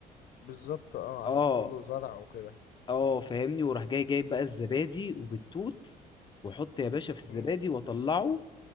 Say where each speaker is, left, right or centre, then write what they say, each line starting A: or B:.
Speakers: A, on the left (about 60°); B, on the left (about 25°).
A: بالظبط اه
B: اه
A: عشان كله زرع وكده
B: اه فاهمني وراح جاي جايب بقى الزبادي وبالتوت واحط يا باشا في الزبادي
A: مم.
B: واطلعه